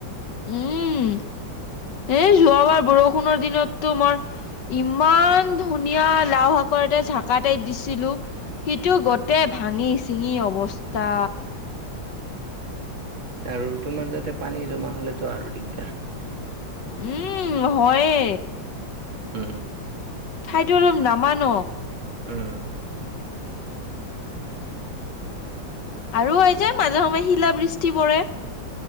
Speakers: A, on the left (about 65°); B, on the right (about 85°).
A: উম এ যোৱাবাৰ বৰষুণৰ দিনততো মই ইমান ধুনীয়া লাও শাকৰ এটা ঝাকা টাইপ দিছিলো সিটো গোটেই ভাঙি চিঙি অৱস্থা
B: আৰু তোমাৰ যাতে পানী জমা হলেতো আৰু দিগদাৰ
A: উম হয়ে
B: উ
A: ঠাইটো অলপ নামা ন
B: উম।
A: আৰু হয় যে মাজে সময়ে শিলা বৃষ্টি পৰে